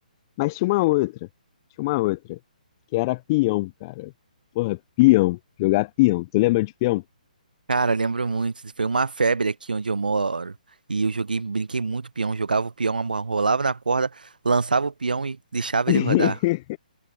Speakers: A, on the left; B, on the right.
A: mas tinha uma outra, tinha uma outra, que era peão, cara. Porra, peão, jogar peão. Tu lembra de peão?
B: Cara, lembro muito. Foi uma febre aqui onde eu moro. E eu joguei, brinquei muito peão, jogava o peão, amo- rolava na corda, lançava o peão e deixava
A: <laughs>
B: ele rodar.